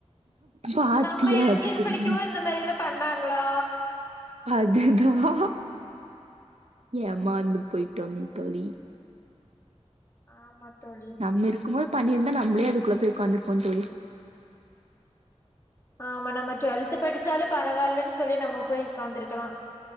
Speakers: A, on the right; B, on the left.
A: பாத்தியா
B: நம்ம எல்கேஜி
A: தோழி?
B: படிக்கும்போது இந்த மாரி எல்லாம் பண்ணாங்ளா
A: அதேதா ஏமாந்து போயிட்டோமே தோழி.
B: ஆமாத்தோழி
A: நம்ம இருக்கும் போது பண்ணிருந்தா நம்மளே அதுக்குள்ள போய் உக்காந்து இருப்போ தோழி.
B: ஆமா நம்ம டுவல்த் படிச்சாலு பரவாயில்லன் சொல்லி நம்ம போய் உக்காந்துருக்கலா